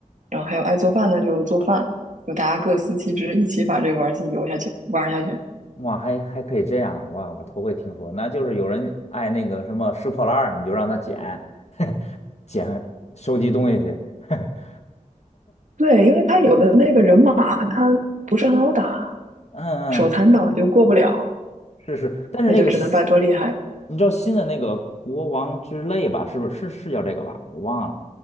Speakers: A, on the right; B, on the left.
A: 然后还有爱做饭的就做饭，就大家各司其职，一起把这个玩儿游戏游下去，玩儿下去。
B: 哇，还还可以这样，哇，我头回听说，那就是有人爱那个什么拾破烂儿，你就让他捡，<laughs> 捡收集东西去，<laughs>
A: 对，因为他有的那个人马他不是很好打，
B: 嗯嗯，
A: 手残党就过不了，
B: 是是是，但是那个新
A: 那就只能拜托厉害的。
B: 你知道新的那个国王之泪吧？是不是是是叫这个吧？我忘了，